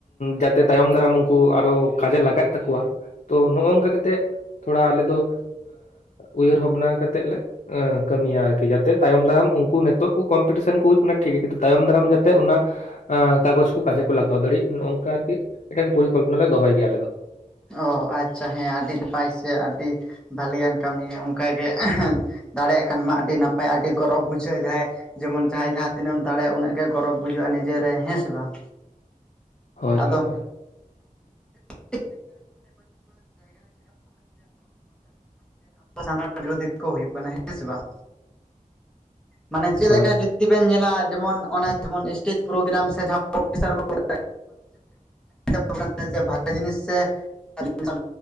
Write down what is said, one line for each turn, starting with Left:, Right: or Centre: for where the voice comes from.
Left: ᱡᱟᱛᱮ ᱛᱟᱭᱚᱢ ᱫᱟᱨᱟᱢ ᱩᱱᱠᱩ ᱟᱨᱚ ᱠᱟᱡᱮ ᱞᱟᱜᱟᱣ ᱛᱟᱠᱚᱣᱟ ᱛᱚ ᱱᱚᱝᱠᱟ ᱠᱟᱛᱮᱜ ᱛᱷᱚᱲᱟ ᱟᱞᱮ ᱫᱚ ᱩᱭᱦᱟᱹᱨ ᱵᱷᱟᱵᱽᱱᱟ ᱠᱟᱛᱮᱫ ᱞᱮ ᱠᱟᱹᱢᱤᱭᱟ ᱟᱨᱠᱤ ᱡᱟᱛᱮ ᱛᱟᱭᱚᱢ ᱫᱟᱨᱟᱢ ᱩᱱ ᱱᱤᱛᱚᱜ ᱠᱚᱢᱯᱤᱴᱤᱥᱚᱱ ᱠᱚ ᱦᱩᱭᱩᱜ ᱚᱱᱟ ᱴᱷᱤᱠ ᱜᱮᱭᱟ ᱠᱤᱱᱛᱩ ᱛᱟᱭᱚᱢ ᱫᱟᱨᱟᱢ ᱡᱟᱛᱮ ᱚᱱᱟ ᱠᱟᱜᱚᱡᱽ ᱠᱚ ᱠᱟᱡᱮ ᱠᱚ ᱞᱟᱜᱟᱣ ᱫᱟᱲᱤᱜ ᱱᱚᱝᱠᱟ ᱟᱨᱠᱤ ᱢᱤᱫᱴᱟᱝ ᱯᱚᱨᱤᱠᱚᱞᱯᱚᱱᱟ ᱞᱮ ᱫᱚᱦᱚᱭ ᱜᱮᱭᱟ ᱟᱞᱮ ᱫᱚ
Centre: ᱚ ᱟᱪᱪᱷᱟ ᱦᱮᱸ ᱟᱹᱰᱤ ᱱᱟᱯᱟᱭ ᱥᱮ ᱟᱹᱰᱤ ᱵᱷᱟᱹᱞᱮᱭᱟᱱ ᱠᱟᱹᱢᱤ ᱚᱱᱠᱟᱜᱮ ᱫᱟᱲᱮᱭᱟᱜ ᱠᱷᱟᱱ ᱢᱟ ᱟᱹᱰᱤ ᱱᱟᱯᱟᱭ ᱟᱹᱰᱤ ᱜᱚᱨᱚᱵᱽ ᱵᱩᱡᱷᱟᱹᱜᱼᱟ ᱡᱟᱦᱟᱸᱭ ᱡᱮᱢᱚᱱ ᱡᱟᱦᱟᱸᱭ ᱡᱟᱦᱟᱸ ᱛᱤᱱᱟᱹᱜ ᱮᱢ ᱫᱟᱲᱮᱭᱟᱜᱼᱟ ᱩᱱᱟᱹᱜ ᱜᱮ ᱜᱚᱨᱚᱵ ᱵᱩᱡᱟᱹᱜᱼᱟ ᱱᱤᱡᱮ ᱨᱮ ᱦᱮᱥᱮ ᱵᱟᱝ?
Left: ᱦᱳᱭ ᱦᱳᱭ
Centre: ᱟᱫᱚ
Left: ᱦᱳᱭ᱾
Centre: <unintelligible> <unintelligible> ᱥᱟᱱᱛᱟᱲ ᱠᱚᱜᱮ ᱵᱤᱨᱳᱫᱷᱤᱠᱚ ᱦᱩᱭᱩᱜ ᱠᱟᱱᱟ ᱦᱮᱸ ᱥᱮ ᱵᱟᱝ?
Left: <inaudible>
Centre: ᱢᱟᱱᱮ ᱪᱮᱫ
Left: ᱦᱳᱭ
Centre: ᱞᱮᱠᱟ ᱡᱩᱫᱤ ᱡᱩᱫᱤ ᱵᱮᱱ ᱧᱮᱞᱟ ᱡᱮᱢᱚᱱ ᱚᱱᱟ ᱡᱮᱢᱚᱱ ᱥᱥᱴᱮᱡᱽ ᱯᱨᱳᱜᱨᱟᱢ ᱥᱮ ᱡᱟᱦᱟᱸ <unintelligible> <unintelligible> ᱡᱤᱱᱤᱥ ᱥᱮ ᱪᱤᱱᱛᱟᱹ